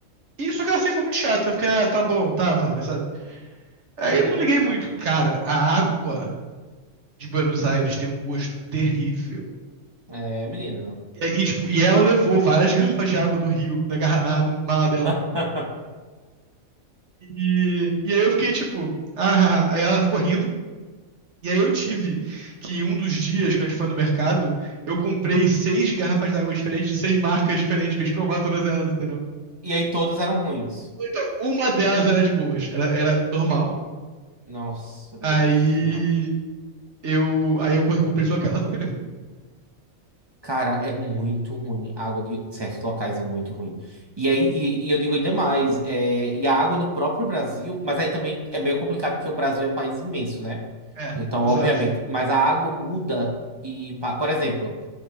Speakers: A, on the right; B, on the right.
A: E só que ela sempre foi muito chata. Eu fiquei, ah, tá bom, tá, Flávia, sabe? Aí
B: uhum.
A: eu não liguei muito. Cara, a água de Buenos Aires tem um gosto terrível.
B: É, menino.
A: E, aí, tipo, e ela levou várias <laughs> garrafas de água do Rio na, garra- na mala dela.
B: <laughs>
A: E, e aí eu fiquei tipo, ah, ah, ah. aí ela ficou rindo. E aí eu tive que um dos dias, quando a gente foi no mercado, eu comprei seis garrafas d'água diferentes, de seis marcas diferentes, pra gente provar todas elas, entendeu?
B: E aí todas eram ruins.
A: Então, uma delas era de boas, era, era normal.
B: Nossa, Deus,
A: Aí
B: não.
A: eu, aí eu comprei só aquela. <laughs>
B: Cara, é muito ruim. A água de certos locais é muito ruim. E aí, e, e eu digo ainda mais, é, e a água no próprio Brasil, mas aí também é meio complicado porque o Brasil é um país imenso, né?
A: É,
B: Então,
A: exato.
B: obviamente, mas a água muda e, pa- por exemplo,